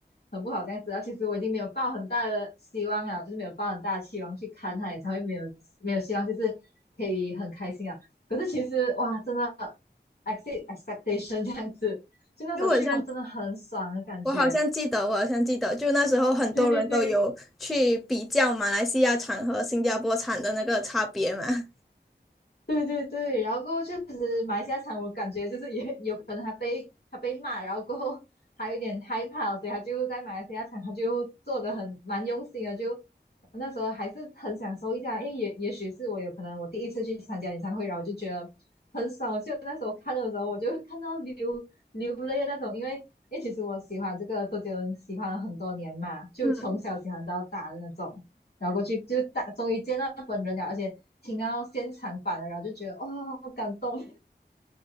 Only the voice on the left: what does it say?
很不好这样子啊。其实我已经没有抱很大的希望了，就是没有抱很大的期望去看他演唱会，没有没有希望，就是可以很开心啊。可是其实哇，真的 e x c e expectation 这样子，就那时候去哇，
真的很爽的感觉。
对对对，对对对，然后过后确实马来西亚场，我感觉就是也 <laughs> 有可能他被他被骂，然后过后还有点害怕，所以他就在马来西亚场，他就做的很蛮用心的，就那时候还是很享受一下，因为也也许是我有可能我第一次去参加演唱会，然后我就觉得很爽，就那时候看的时候，我就看到流流泪的那种，因为因为其实我喜欢这个周杰伦喜欢了很多年嘛，就从小喜欢到大的那种。
然后过去就大终于见到本人了，而且听到现场版了，然后就觉得哇、好感动。<laughs>